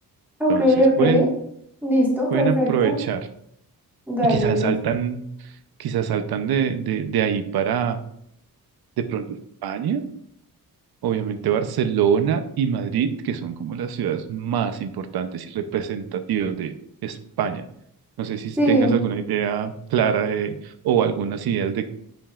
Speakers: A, in the centre; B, on the right (about 70°).
A: Ok,
B: Entonces
A: ok,
B: pueden,
A: listo,
B: pueden
A: perfecto.
B: aprovechar.
A: Dale,
B: Y quizás
A: listo.
B: saltan, quizás saltan de, de, de ahí para de pronto España, obviamente Barcelona y Madrid, que son como las ciudades más importantes y representativas de España. No sé si
A: Sí,
B: tengas alguna idea clara de, o algunas ideas de